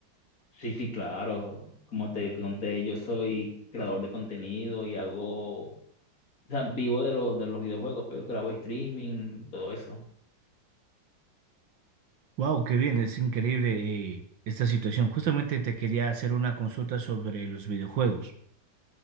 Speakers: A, on the left; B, on the right.
A: Sí, sí, claro. Como te conté, yo soy creador de contenido y hago, o sea, vivo de los, de los videojuegos, pero grabo streaming, todo eso.
B: Wow, qué bien. Es increíble eh, esta situación. Justamente te quería hacer una consulta sobre los videojuegos.